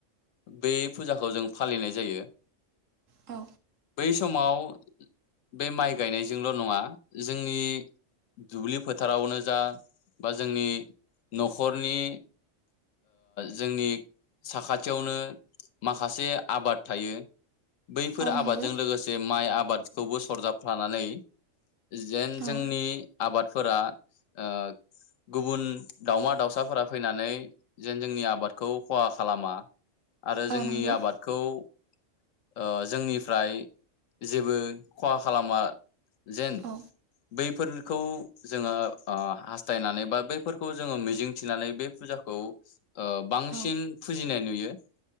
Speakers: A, on the left; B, on the right.
A: बे फुजाखौ जों फालिनाय जायो।
B: औ
A: बै समाव बे माइ गायनायजोंल' नङा जोंनि बै दुब्लि फोथारावनो जा बा जोंनि न'खरनि जोंनि साखाथियावनो माखासे आबाद थायो। बैफोर
B: औ
A: आबादजों
B: नंगौ
A: लोगोसे माइ आबाद खौबो सरजाबफानानै जेन
B: औ
A: जोंनि आबादफोरा ओ गुबुन दाावमा दाउसाफोरा फैनानै जेन जोंनि आबादखौ खहा खालामा आरो
B: औ
A: जोंनि
B: नंगौ
A: आबादखौ ओ जोंनिफ्राय जेबो खहा खालामा जेन
B: औ
A: बैफोर खौ जोङो ओ हास्थायनानै बा बैफोरखौ जोङो मिजिंथिनानै बे फुजाखौ ओ बांसिन
B: औ
A: फुजिनाय नुयो <unintelligible>